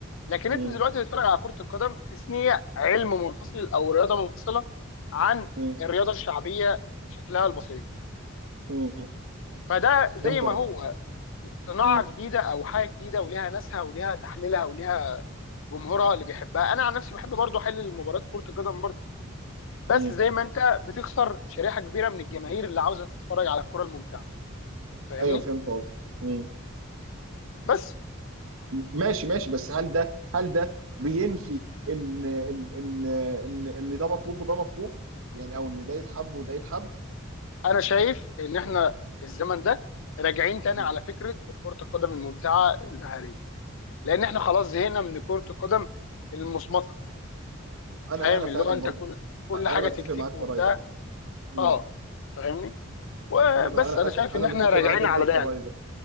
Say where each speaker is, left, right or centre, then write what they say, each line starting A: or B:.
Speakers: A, on the left; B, on the right.
A: لكن
B: مم.
A: انت دلوقتي بتتفرج على كره القدم تحس ان هي علم منفصل او رياضه منفصله عن
B: مم.
A: الرياضه الشعبيه شكلها البسيط
B: مم.
A: فده
B: فهمت
A: زي ما
B: قصدي
A: هو صناعه
B: مم.
A: جديده او حاجه جديده وليها ناسها وليها تحليلها وليها جمهورها اللي بيحبها انا عن نفسي بحب برضو احلل مباريات كره القدم برضو بس
B: مم.
A: زي ما انت بتخسر شريحه كبيره من الجماهير اللي عاوزه تتفرج على الكره الممتعه فاهمني
B: ايوه فهمت قصدي مم.
A: بس
B: ماشي ماشي بس هل ده هل ده بينفي ان ان ان ان, إن ده مطلوب وده مطلوب يعني او ان ده يتحب وده يتحب
A: انا شايف ان احنا في الزمن ده راجعين تاني
B: مم.
A: على فكره كره القدم الممتعه المهاريه لان احنا خلاص زهقنا من كره القدم المصمته
B: انا
A: فاهم
B: انا
A: اللي
B: فعلا
A: هو
B: برضه
A: انت كل كل حاجه
B: انا
A: تكتيك
B: بتفق معاك
A: وبتاع
B: في الراي ده مم.
A: اه فاهمني وبس
B: انا ف- انا
A: انا
B: انا
A: شايف
B: أنا
A: ان احنا
B: متفق
A: راجعين
B: معاك جدا
A: على
B: في
A: ده يعني
B: الراي ده